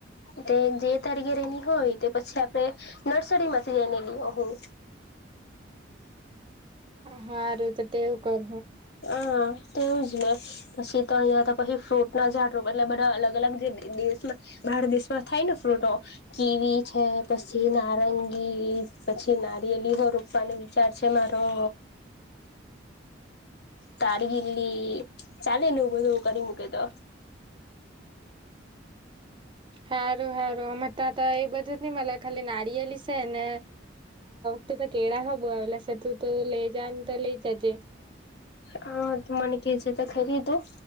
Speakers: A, on the left; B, on the right.
A: તે જે તરગ રેની હોય તે પછી આપડે નર્સરી માંથી જઈને લ હું
B: હા હું તો તેવું કર
A: હા તેવું જ ને પછી તો અહિયાં તો પછી ફ્રૂટ ના ઝાડો એટલે બધા અલગ અલગ જે દેશ ભારત દેશમાં થાય ને ફ્રૂટો કેવી છે પછી નારંગી પછી પછી નારીયેલી હો રૂપવાનો વિચાર છે મારો તારગીલી ચાલેને એવું બધુંવું કરી મૂકે તો
B: સારું સારું મ તા તો એ બધું નઈ મ ખાલી નારિયેલી છે ને તું તો કેળા હવ એલેથીું તો લઈ જને તો લઈ જજે
A: હ તો મને કે જતા ખેરી તું